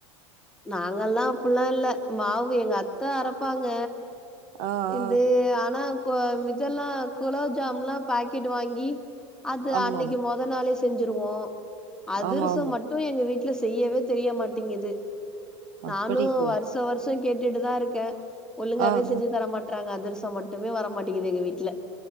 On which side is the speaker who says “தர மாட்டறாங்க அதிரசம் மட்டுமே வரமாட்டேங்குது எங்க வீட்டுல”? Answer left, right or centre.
Centre